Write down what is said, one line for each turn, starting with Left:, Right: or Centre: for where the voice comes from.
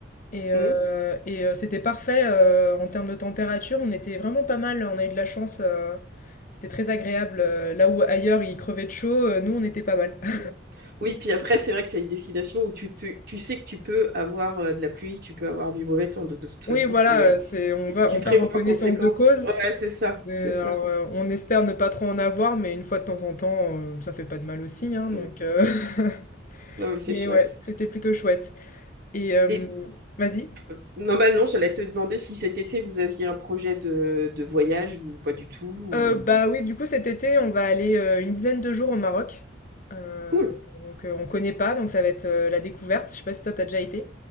Left: et, euh,
Right: <laughs>
Left: et, euh, c'était parfait euh, en termes de température. On était vraiment pas mal. On a eu de la chance. euh, c'était très agréable. euh, là où ailleurs il crevait de chaud, euh, nous on était pas mal. <laughs>
Right: Mm. Oui, puis après, c'est vrai que c'est une destination où tu, te- tu sais que tu peux avoir euh, de la pluie, tu peux avoir du mauvais temps. Donc, de toute façon,
Left: Oui, voilà.
Right: tu, euh,
Left: euh, C'est, on
Right: tu
Left: va,
Right: tu
Left: on
Right: prévois
Left: part en connaissance
Right: en conséquence.
Left: de cause.
Right: Ouais, c'est ça,
Left: Euh,
Right: c'est ça.
Left: alors, euh, on espère ne pas trop en avoir, mais une fois de temps en temps, euh, ça fait pas de mal aussi, hein, donc.
Right: Mm.
Left: euh, <laughs>
Right: Non, mais c'est
Left: Mais
Right: chouette.
Left: ouais, c'était plutôt chouette. Et euh,
Right: Et
Left: vas-y.
Right: euh, normalement, j'allais te demander si cet été, vous aviez un projet de, de voyage ou pas du tout. ou-
Left: Heu, bah, oui, du coup, cet été, on va aller, heu, une dizaine de jours au Maroc. Heu,
Right: Cool.
Left: donc heu, on connaît pas, donc ça va être, heu, la découverte. Je sais pas si toi, t'as déjà été?